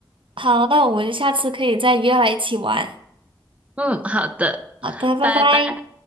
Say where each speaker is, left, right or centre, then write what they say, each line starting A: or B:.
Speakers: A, on the right (about 80°); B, on the right (about 15°).
A: 好，那我们下次可以再约来一起玩。
B: 嗯，好的，
A: 好的，拜拜。
B: 拜拜。